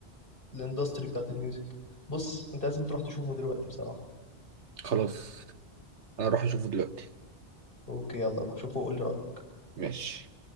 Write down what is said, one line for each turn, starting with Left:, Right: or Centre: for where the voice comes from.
Left: الاندستري بتاعت الميوزك بص انت لازم تروح تشوفه دلوقتي بصراحة
Right: خلاص أنا أروح أشوفه دلوقتي
Left: اوكي يلا روح شوفه وقول لي رأيك
Right: ماشي